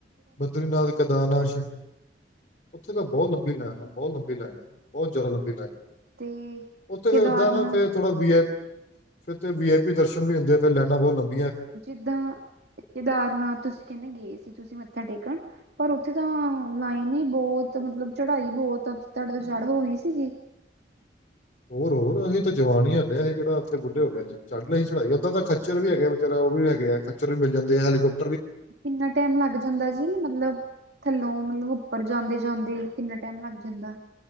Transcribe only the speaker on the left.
ਬਦਰੀਨਾਥ ਕੇਦਾਰਨਾਥ ਚ ਉੱਥੇ ਤਾਂ ਬਹੁਤ ਲੰਬੀ ਲਾਈਨ, ਬਹੁਤ ਲੰਬੀ ਲਾਈਨ ਆ ਬਹੁਤ ਜ਼ਿਆਦਾ ਲੰਬੀ ਲਾਈਨ ਆ।
ਉਥੇ
ਫੇਰ ਏਦਾਂ ਨਾ ਫੇਰ ਥੋੜਾ ਵੀਆਈ ਫਿਰ ਤੇ ਵੀਆਈਪੀ ਦਰਸ਼ਨ ਵੀ ਹੁੰਦੇ ਫਿਰ ਲਾਈਨਾਬਹੁਤ ਲੰਬੀ
<unintelligible> ਹੋਰ ਹੋਰ ਅਸੀਂ ਤਾ ਜਵਾਨ ਹੀ ਆ ਹਲੇ ਅਸੀ ਕਿਹੜਾ ਉੱਥੇ ਬੁਢੇ ਹੋਗੇ ਅੱਜ ਹੀ ਚੜ੍ਹ ਲਈ ਸੀ ਚੜਾਈ ਓਦਾਂ ਤਾਂ ਖੱਚਰ ਵੀ ਹੈਗਾ ਵਿਚਾਰਾ। ਉਹ ਵੀ ਹੈਗੇ ਆ ਖੱਚਰ ਵੀ ਮਿਲ ਜਾਂਦੇ ਆ ਹੈਲੀਕੋਪ